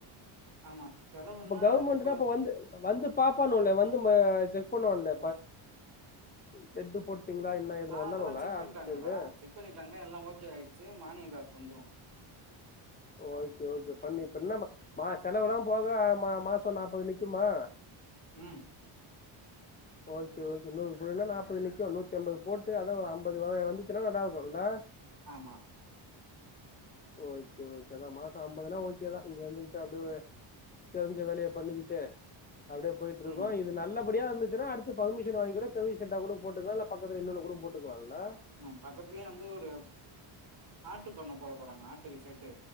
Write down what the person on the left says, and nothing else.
கவர்மெண்ட்னா
அப்ப வந்து வந்து பாப்பானுல்ல வந்து செக் பண்ணுவானுங் இல்ல ஷொட்டு போட் முட்ச்சீட்ங்களா இன்ன எதுல
வந்தாலும்லல
இருந்து
ஓகே ஓகே பண்ணி இப்ப என்ன மா செலவுெலாம் போக மா மாசம் நாப்பது நிக்குமா
ஓகே ஓகே நூறு போட்டா நாற்பது நிக்கூ நூத்தி எம்பது போட்டு அததுான் ஒரு அம்பது வ வந்துச்சுன்னா நல்லா இருக்கும்ல
ஓகே ஓகேதான் மாசம் அம்பதுன்னா ஓகேதா இங்க வந்துகிட்டு அப்படிய தெரிஞ்ச வேலையை பண்ணிக்கிட்டு அப்படியே போயிட்டு இருக்கோம்
இது நல்லபடியா இருந்துச்சுன்னா அடுத்து வித் பர்மிஷன் வாங்கி கூட பெரீயா ஷெட்டா கூட போட்டுக்கலாம் இல்ல பக்கத்துல இன்னொன்னூ கூட போட்டுக்கலா